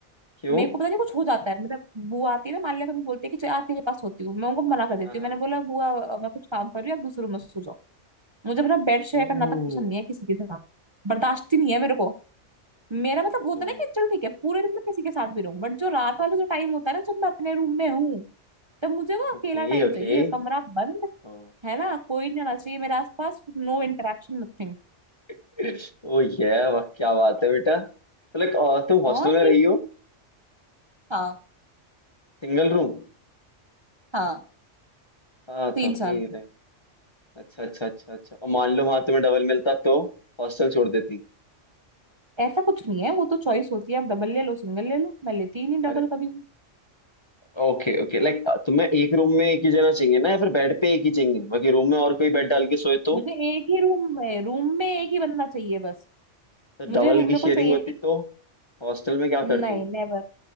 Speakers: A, on the left; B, on the right.
A: क्यों
B: मेरे को पता नहीं कुछ हो जाता है मतलब बुआ आती है ना मान लिया कभी बोलते हैं कि चल आज तेरे पास सोती हूँ मैं उनको मना कर देती
A: हाँ
B: हूँ
A: हाँ
B: मैंने बोला बुआ अ, मैं कुछ काम कर रही हूँ आप दूसरे रूम में सो जाओ मुझे अपना बेड शेयर
A: ओ
B: करना तक पसंद नहीं है किसी के साथ बर्दाश्त ही नहीं है मेरे को मेरा मतलब होता
A: ओ
B: है ना कि चल ठीक है पूरे दिन मैं किसी के साथ भी रहूं बट जो रात वाला जो टाइम होता है ना जब मैं अपने रूम में हूँ तब मुझे वो अकेला
A: Okay
B: टाइम
A: okay
B: चाहिए कमरा बंद
A: ओ
B: है ना कोई नहीं आना चाहिए मेरे आसपास नो इंटरेक्शन नथिंग
A: ओ ये वाह क्या बात है बेटा तो लाइक तुम हॉस्टल
B: हाँ सही
A: में रही
B: है।
A: हो
B: हाँ
A: Single room
B: हाँ
A: हाँ
B: तीन
A: तभी
B: साल
A: रह अच्छा अच्छा अच्छा अच्छा और मान लो वहां तुम्हें डबल मिलता तो हॉस्टल छोड़ देती
B: ऐसा कुछ नहीं है वो तो चॉइस होती है आप डबल ले लो सिंगल ले लो मैं लेती ही नहीं
A: अरे
B: डबल कभी भी
A: ओके ओके लाइक तुम्हें एक रूम में एक ही जना चाहिए ना या फिर बेड पे एक ही चाहिए बाकी रूम में और कोई बेड डाल के सोए तो,
B: मुझे एक ही रूम में रूम में एक ही बंदा चाहिए बस
A: तो
B: मुझे
A: डबल
B: रूम
A: की
B: में
A: शेयरिंग
B: कोई चाहिए
A: होती तो हॉस्टल में क्या
B: नहीं
A: करती
B: नहीं नेवर